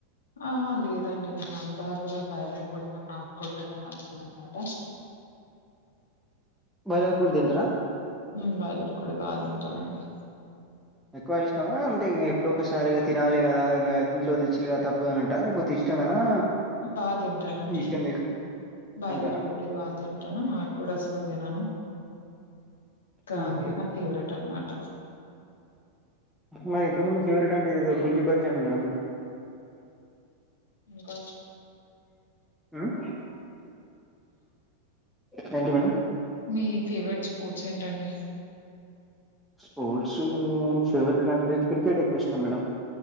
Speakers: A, on the left (about 65°); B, in the centre.
A: ఆ అ లేదండి నేను అంతా కూడా బాయిలర్ కోడి నాటు కోడి పెద్దగా న నచ్చ దన మాట
B: బాయిలర్ కోడి తింటారా
A: ఉం బాయిలర్ కోడి బాగ తింటానండి
B: ఎక్కువ ఇష్టమా అంటే ఎప్పుడొ ఒకసారిగా తినాలి కదా ఇంట్లో తెచ్చలి తప్పదంటా లేకపోతే ఇష్ట ఇష్టమేనా
A: బాగ తింటానండి
B: ఇష్టం లేక
A: బాయిలర్
B: తింటారా
A: కోడి బాగ తింటాను నాటు కోడి అస్సలు తినను
B: మ్మ్
A: అదే
B: హు.
A: నా ఫేవరెట్ అన్నమాట
B: మరి ఇంతకుందు ఫేవరెట్ అంటే ఎదో బుజ్జి బర్జి అన్నారు గా మేడం
A: ఇంకా
B: మ్మ్ థాంక్యూ మేడం
A: మీ ఫేవరెట్ స్పోర్ట్స్ ఏంటండి
B: స్పోర్ట్స్ ఫేవరెట్ అంటే క్రికెట్ ఎక్కువ ఇష్టం మేడం